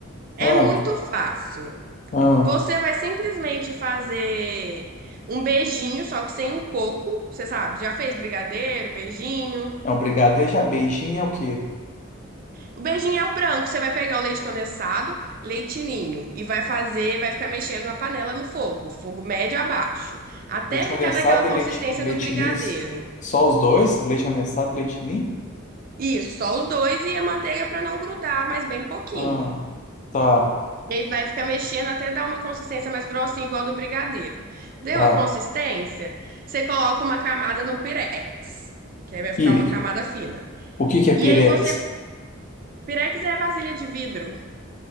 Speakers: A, on the right (about 45°); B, on the left (about 35°).
A: é
B: Ah,
A: muito fácil.
B: ah.
A: Você vai simplesmente fazer um beijinho, só que sem o coco, você sabe, já fez brigadeiro, beijinho.
B: É um brigadeiro, já beijinho é o quê?
A: O beijinho é o branco. Você vai pegar o leite condensado, leite ninho e vai fazer, vai ficar mexendo na panela no fogo, fogo médio a baixo, até
B: Leite
A: ficar
B: condensado
A: naquela consistência
B: e leite, e leite
A: do brigadeiro.
B: ninho? Só os dois? Leite condensado e leite ninho?
A: Isso, só os dois e a manteiga para não grudar, mas bem pouquinho.
B: Ah, tá,
A: E aí vai ficar mexendo até dar uma consistência mais grossinha, igual a do brigadeiro. Deu
B: tá.
A: a consistência? Você coloca uma camada no pirex, que aí vai ficar
B: Pire.
A: uma camada fina.
B: O que que é
A: E
B: pirex?
A: aí você, pirex é vasilha de vidro.